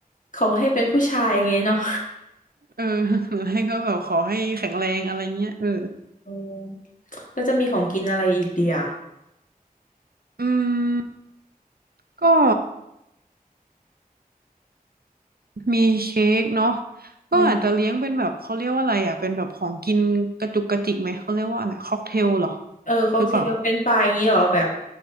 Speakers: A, on the left; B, on the right.
A: ขอให้เป็นผู้ชายอย่างเงี้ยเนาะ
B: เออ <laughs> หรือให้ก็แบบขอให้แข็งแรงอะไรเงี้ยเออ
A: <laughs> เออ <laughs> แล้วจะมีของกินอะไรอีกเดีย
B: อืมก็ มีเค้กเนาะก็อาจจะเลี้ยงเป็นแบบเขาเรียกว่าอะไรอ่ะเป็นแบบของกินกระจุกกระจิกไหมเขาเรียกว่าอะไรค็อกเทลเหรอ
A: อืมเออค็อกเทลเป็นไฟรายอย่างงี้เหรอแบบ
B: หรือเปล่า